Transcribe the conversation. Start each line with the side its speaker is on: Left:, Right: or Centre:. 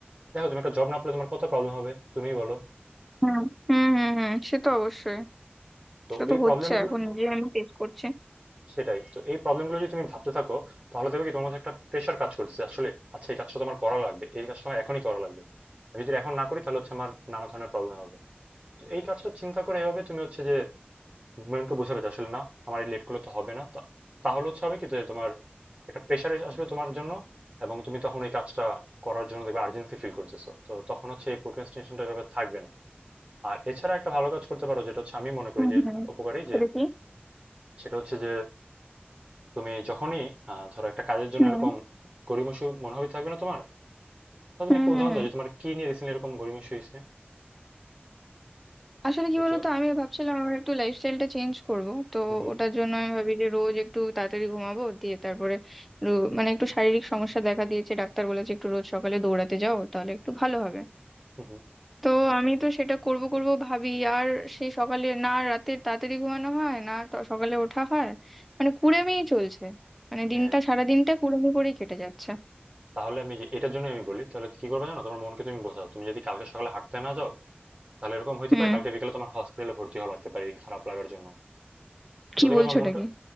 Right: দেখো তুমি একটা জব না পেলে তোমার কত প্রবলেম হবে তুমিই বলো
Centre: হুম হুম হুম হুম সে তো অবশ্যই
Right: তো
Centre: সেটা
Right: এই
Centre: তো
Right: প্রবলেমগুলো
Centre: হচ্ছে এখন যে আমি ফেস করছি
Right: সেটাই তো এই প্রবলেমগুলো যদি তুমি ভাবতে থাকো তাহলে দেখবে কি তোমার মধ্যে একটা প্রেশার কাজ করতেছে আসলে আচ্ছা এই কাজটা তো আমার করা লাগবে এই কাজটা আমার এখনই করা লাগবে আমি যদি এখন না করি তাহলে হচ্ছে আমার নানা ধরনের প্রবলেম হবে তো এই কাজটা চিন্তা করে এভাবে তুমি হচ্ছে যে মাইন্ডকে বোঝাবে যে আসলে না আমার এই লেট করলে তো হবে না তা- তাহলে হচ্ছে হবে কি যে তোমার একটা প্রেশার আসবে তোমার জন্য এবং তুমি তখন এই কাজটা করার জন্য দেখবে আর্জেন্সি ফিল করতেছো তো তখন হচ্ছে এই প্রোক্রাস্টিনেশনটা এভাবে থাকবে না আর এছাড়া একটা ভালো কাজ করতে পারো যেটা হচ্ছে আমি মনে করি
Centre: হুম
Right: যে
Centre: হুম
Right: উপকারী
Centre: সেটা
Right: যে
Centre: কি
Right: সেটা হচ্ছে যে তুমি যখনই আহ, ধরো একটা কাজের জন্য
Centre: হুম
Right: এরকম গড়িমসি মনোভাবই থাকবে না তোমার তাহলে
Centre: হুম
Right: তুমি একটা উদাহরণ
Centre: হুম হুম
Right: দাও যে তোমার কি নিয়ে রিসেন্টলি এরকম গড়িমসি হয়েছে
Centre: আসলে কি
Right: এই
Centre: বলতো
Right: যে
Centre: আমি ভাবছিলাম আমার একটু লাইফস্টাইলটা চেঞ্জ করব তো
Right: হুম হুম
Centre: ওটার জন্য আমি ভাবি যে রোজ একটু তাড়াতাড়ি ঘুমাবো দিয়ে তারপরে রো- মানে একটু শারীরিক সমস্যা দেখা দিয়েছে ডাক্তার বলেছে একটু রোজ সকালে দৌড়াতে যাও তাহলে একটু ভালো হবে
Right: হুম হুম,
Centre: তো আমি তো সেটা করব করব ভাবি আর সেই সকালে না রাতে তাড়াতাড়ি ঘুমানো হয় না ট- সকালে ওঠা হয় মানে কুড়েমিই চলছে মানে দিনটা
Right: হ্যাঁ
Centre: সারা দিনটা কুড়েমি করেই কেটে যাচ্ছে
Right: তাহলে আমি যে- এটার জন্য আমি বলি তাহলে কি করবে জানো তোমার মনকে তুমি বোঝাও তুমি যদি কালকে সকালে হাঁটতে না যাও তাহলে এরকম হতে
Centre: হুম
Right: পারে কালকে বিকেলে তোমার হসপিটালে ভর্তি হওয়া লাগতে পারে এই খারাপ লাগার জন্য
Centre: কি
Right: তো দেখো
Centre: বলছো
Right: তোমার মনটা
Centre: এটা কি